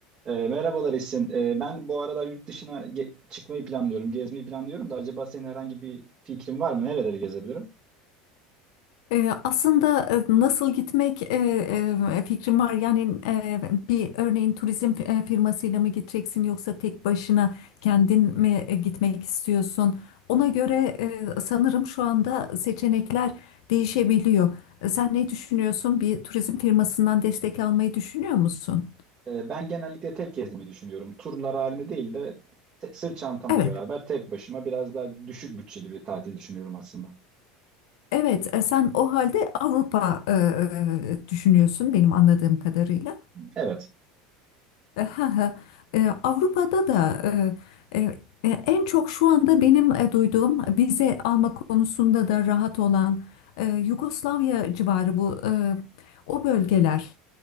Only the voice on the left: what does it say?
Ee, Aslında e, nasıl gitmek e, e, fikrim var. Yani e, bir örneğin turizm fi- e, firmasıyla mı gideceksin yoksa tek başına kendin mi e, gitmek istiyorsun? Ona göre e, sanırım şu anda seçenekler değişebiliyor. E, Sen ne düşünüyorsun? Bir turizm firmasından destek almayı düşünüyor musun?
Evet,
evet. E, Sen o halde Avrupa e, e, düşünüyorsun benim anladığım kadarıyla.
E, ha, ha. E, Avrupa'da da e, e, e, en çok şu anda benim e, duyduğum vize alma konusunda da rahat olan e, Yugoslavya civarı bu e, o bölgeler